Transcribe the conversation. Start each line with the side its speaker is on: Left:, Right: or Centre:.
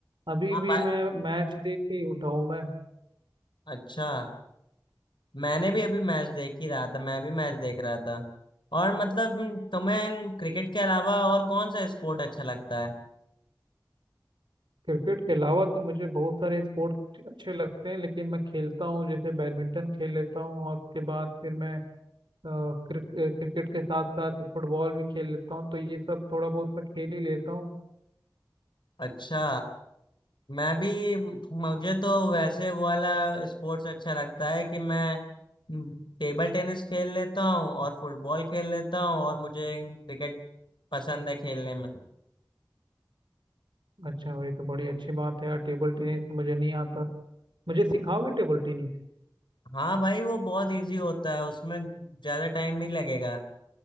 Right: अभी
Left: हाँ
Right: भी
Left: भाई
Right: मैं मैच देख के ही उठा हूं मैं
Left: अच्छा मैंने भी अभी मैच देख ही रहा था मैं भी मैच देख रहा था और मतलब तुम्हें क्रिकेट के अलावा और कौन सा स्पोर्ट अच्छा लगता है
Right: क्रिकेट के अलावा तो मुझे बहुत सारे स्पोर्ट्स अच्छे लगते हैं लेकिन मैं खेलता हूँ जैसे बैडमिंटन खेल लेता हूँ और उसके बाद फिर मैं अ, क्रिक, अ, क्रिकेट के साथ साथ फुटबॉल भी खेल लेता हूँ तो ये सब थोड़ा बहुत मैं खेल ही लेता हूँ
Left: अच्छा मैं भी मुझे तो वैसे वो वाला स्पोर्ट्स अच्छा लगता है कि मैं टेबल टेनिस खेल लेता हूँ और फुटबॉल खेल लेता हूँ और मुझे क्रिकेट पसंद है खेलने में
Right: अच्छा ये तो बड़ी अच्छी बात है यार टेबल टेनिस मुझे नहीं आता मुझे सिखाओगे टेबल टेनिस
Left: हाँ भाई वो बहुत इजी होता है उसमें ज्यादा टाइम नहीं लगेगा